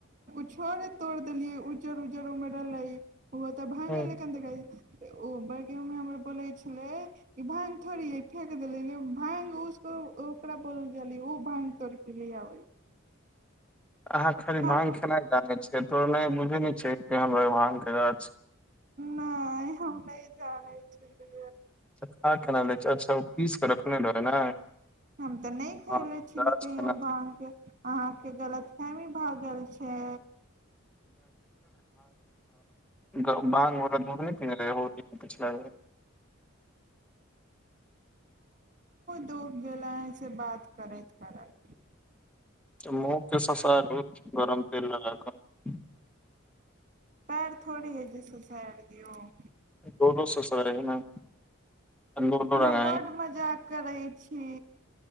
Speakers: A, on the right; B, in the centre.
A: छर तोड़ि देलियै उज्जर उज्जर उमे रहलै ओहो तऽ भाँगे
B: हम्म।
A: लेक देखाय तऽ ओ बड़गीममे हमर बोलै छलै ई भाँङग थोड़ियै फेेक देलै भाँङग ओसभ ओकरा बोल गेलियै ओ भाँङ्ग तोड़य क लि आबै
B: अहाँ खाली
A: हम
B: भाँग खेनाइ जानैत छी से तोर माय बुझए न छै के रभंगके गाछ
A: नहि हम नहि जानै छलिए
B: तऽ खा केना लै छै अच्छा ओ पीस कऽ रखने रहै ने
A: हम तऽ नहि खयले
B: हँ
A: छली
B: गाछ
A: कही
B: केना देख
A: भग के अहाँके गलत खइमे भागल छै
B: गहु भाँग दूध नहि पिन रहे होर दि छै
A: टूट गेल अंहीं सँ बात करैत करैत
B: मुँह के ससारू गरम तेल लगााकऽ
A: पैर थोड़ी अजे ससाइड दियौ
B: बोनो सोस रहे ने लोलो
A: अहाँ
B: रंगाही
A: बड्ड मजाक करै छी